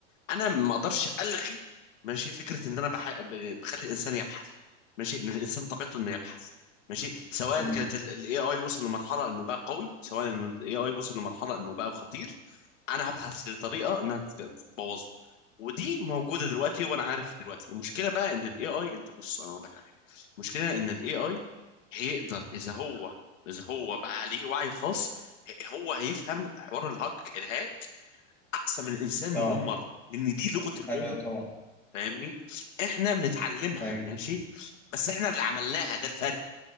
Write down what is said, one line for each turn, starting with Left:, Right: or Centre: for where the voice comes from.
Left: انا ما اقدرش الغي ماشي فكره ان انا بح... ب- بخلي الانسان يبحث ماشي ان الانسان طبيعته انه يبحث ماشي سواء
Centre: امم
Left: كانت الاي اي وصل لمرحله انه بقى قوي سواء انه الاي اي وصل لمرحله انه بقى خطير انا هبحث لطريقه انها تت- تبوظه ودي موجوده دلوقتي وانا عارف دلوقتي المشكله بقى ان الاي اي انت بص انا اقول لك حاجه المشكله ان الاي اي هيقدر اذا هو اذا هو بقى عليه وعي خاص ه- هو هيفهم حوار الهاك الهاك احسن من الانسان مليون
Centre: اه
Left: مره لان دي لغه الام
Centre: ايوه طبعا
Left: فاهمني احنا بنتعلمها
Centre: ايوه
Left: ماشي بس احنا اللي عملناها ده الفرق